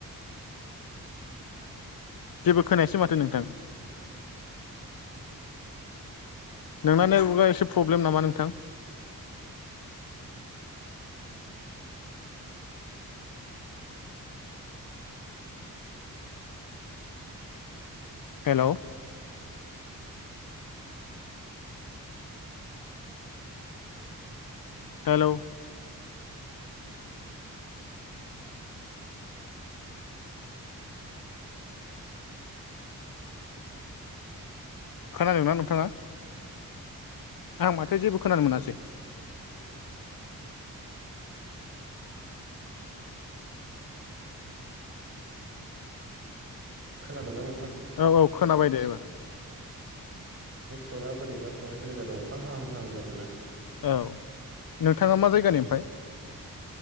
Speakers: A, on the left; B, on the right.
A: जेबो खोनायसै माथो नोंथां नोंना नेटवर्क आ एसे प्रब्लेम नामा नोंथां? हेलौ हेलौ खोनादोंंना नोंथाङा? आं माथो जेबो खोनानो मोनासै।
B: खोनादोंनां?
A: औ औ खोनाबाय दे एबार
B: टर्कआ बोरैबा थांलाय फैलाय जादों अखा हाहां हां जादोंना
A: औ <unintelligible> जायगानि ओमफ्राय
B: ए